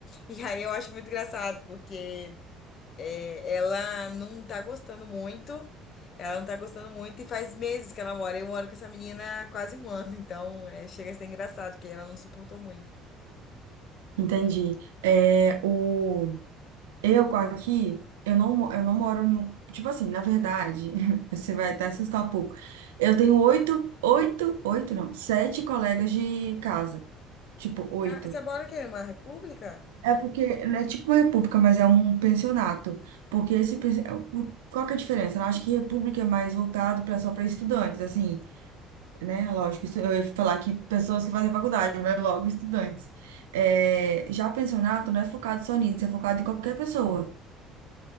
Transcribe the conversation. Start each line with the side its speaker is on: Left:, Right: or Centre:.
Left: E aí eu acho muito engraçado, porque é, ela não tá gostando muito, ela não tá gostando muito, e faz meses que ela mora. Eu moro com essa menina há quase um ano, então é, chega a ser engraçado, porque ela não suportou muito.
Right: Entendi. É, o. Eu com aqui, eu não, mo- eu não moro em um. Tipo assim, na verdade, <laughs> você vai até assustar um pouco. Eu tenho oito, oito, oito não, sete colegas de casa. Tipo, oito.
Left: Ah, você mora o quê? Uma república?
Right: É porque não é tipo uma república, mas é um pensionato. Porque esse. pensi- o- Qual que é a diferença? Eu acho que república é mais voltado para só para estudantes, assim, né? Lógico, isso, eu ia falar que pessoas que fazem faculdade, mas logo estudantes. É, já pensionato não é focado só nisso, é focado em qualquer pessoa.